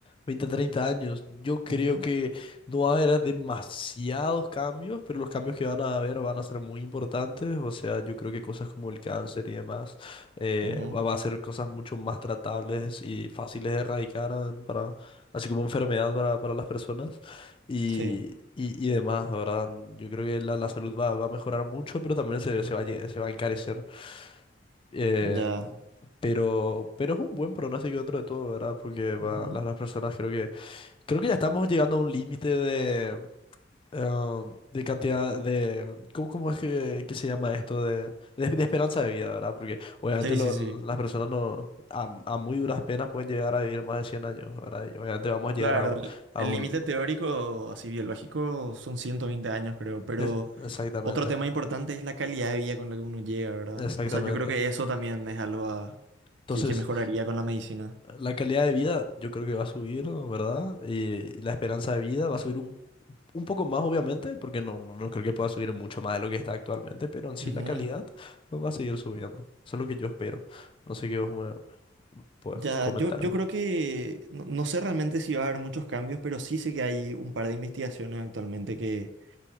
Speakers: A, on the left; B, on the right.
A: veinte treinta años. Yo creo
B: Ujú,
A: que no va a haber demasiados cambios, pero los cambios que van a haber van a ser muy importantes. O sea, yo creo que cosas como el cáncer y demás eh,
B: ujú,
A: va va a ser cosas mucho más tratables y fáciles de erradicar, eh, para, así como enfermedad para, para las personas y,
B: Sí,
A: y, y demás, ¿verdad? Yo creo que la, la salud va, va a mejorar mucho, pero también se, se va, a lle- se va a encarecer. Eh,
B: ya.
A: pero, pero es un buen pronóstico dentro de todo, ¿verdad? Porque va,
B: ujú.
A: las, las personas creo que creo que ya estamos llegando a un límite de, eh, de cantidad de ¿cómo, cómo es que, que se llama esto? De, de, de esperanza de vida, ¿verdad? Porque obviamente
B: Sí,
A: lo-
B: sí, sí.
A: las personas no a, a muy duras penas pueden llegar a vivir más de 100 años, ¿verdad? Y obviamente vamos a llegar
B: Claro,
A: a, un-
B: el
A: a
B: el
A: un
B: límite teórico, así biológico, son 120 años, creo, pero
A: es- exactamente,
B: otro tema importante es la calidad de vida con la que uno llega, ¿verdad?
A: exactamente.
B: O sea, yo creo que eso también es algo a-
A: Entonces,
B: que, que mejoraría con la medicina.
A: la calidad de vida yo creo que va a subir, ¿verdad? Y, y la esperanza de vida va a subir un Un poco más, obviamente, porque no, no no creo que pueda subir mucho más de lo que está actualmente, pero en sí
B: Ujú.
A: la calidad pues, va a seguir subiendo. Eso es lo que yo espero. No sé qué vos me podés
B: Ya,
A: co- comentar.
B: yo, yo creo que no, no sé realmente si va a haber muchos cambios, pero sí sé que hay un par de investigaciones actualmente que,